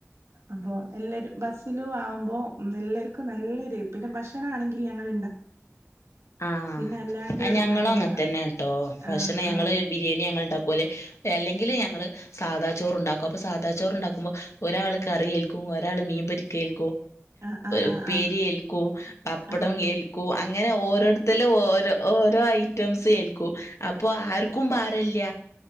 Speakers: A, on the right (about 70°); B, on the left (about 75°).
A: അപ്പൊ എല്ലാരും ബസിലും ആവുമ്പോ എല്ലാവർക്കും നല്ലൊരു പിന്നെ ഭക്ഷണ ആണെങ്കിൽ ഞങ്ങൾ
B: ആഹ
A: പിന്നെ അല്ലാണ്ട്
B: ആ ഞങ്ങളും
A: പിന്നെ
B: അങ്ങനെ തന്നെ കേട്ടോ ഭക്ഷണം
A: ആഹ്
B: ഞങ്ങള്
A: ആഹ്
B: ബിരിയാണി ഞങ്ങളുടെ തുലെ അല്ലെങ്കിൽ ഞങ്ങങ്ങള് സാധാ ചോറ ഉണ്ടാക്കും അപ്പോൾ സാധാ ചോറ് ഉണ്ടാക്കുമ്പോൾ ഒരാൾ കറിയേൽക്കും ഒരാൾ മീൻ പൊരിക്കയിൽ
A: ആഹ് ആഹ് ആഹ്
B: ഉപ്പേരി
A: ആഹ്
B: ഏൽക്കും പപ്പടം
A: ആഹ്
B: ഏൽക്കും അങ്ങനെ ഓരോ ഓടുത്തൽ
A: ആഹ്
B: ഓരോ ഓരോ ഐറ്റംസ്എൽ ക്കും അപ്പൊ ആർക്കും പാറില്ല